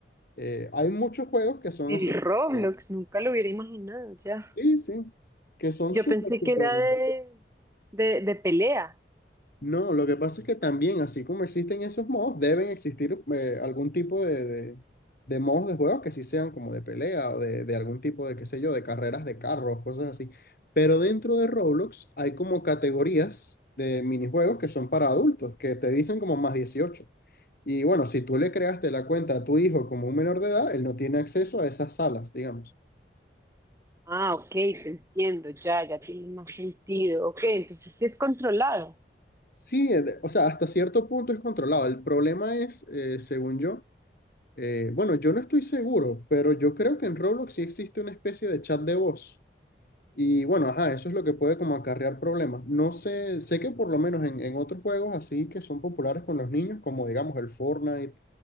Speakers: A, on the left; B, on the right.
A: Eh, hay muchos juegos que son
B: En
A: así.
B: Roblox,
A: que-
B: nunca lo hubiera imaginado ya.
A: Sí, sí, que son
B: Yo
A: súper,
B: pensé
A: súper.
B: que era de, de, de pelea.
A: No, lo que pasa es que también, así como existen esos mods, deben existir eh, algún tipo de, de, de mods de juegos que sí sean como de pelea o de, de algún tipo de, qué sé yo, de carreras de carros, cosas así. Pero dentro de Roblox hay como categorías de minijuegos que son para adultos, que te dicen como más 18. Y bueno, si tú le creaste la cuenta a tu hijo como un menor de edad, él no tiene acceso a esas salas, digamos.
B: Ah, ok, te entiendo, ya, ya tiene más sentido. Ok, entonces sí es controlado.
A: Sí, eh, de- o sea, hasta cierto punto es controlado. El problema es, eh, según yo, Eh, bueno, yo no estoy seguro, pero yo creo que en Roblox sí existe una especie de chat de voz. Y bueno, ajá, eso es lo que puede como acarrear problemas. No sé, sé que por lo menos en, en otros juegos así que son populares con los niños, como digamos el Fortnite